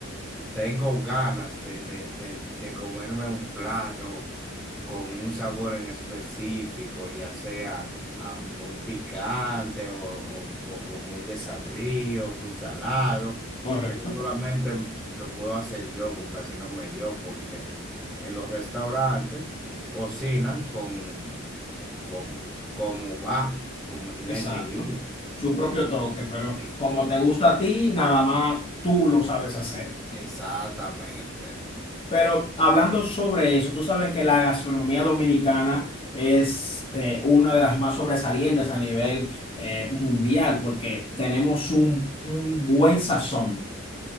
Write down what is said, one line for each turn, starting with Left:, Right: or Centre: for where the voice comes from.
Centre: tengo ganas de, de, de, de comerme un plato con un sabor en específico, ya sea ah, muy picante o, o, o- o muy desabrío, muy salado.
Left: Correcto.
Centre: Eso solamente lo puedo hacer yo, complaciéndome yo, porque en los restaurantes cocinan con, con cómo va, como tiene
Left: Exacto.
Centre: que ir.
Left: Su propio toque, pero
Centre: Ex-
Left: como te gusta a ti, nada más tú lo sabes hacer.
Centre: Exactamente.
Left: Pero hablando sobre eso, tú sabes que la gastronomía dominicana es eh, una de las más sobresalientes a nivel eh, mundial, porque tenemos un, un buen sazón.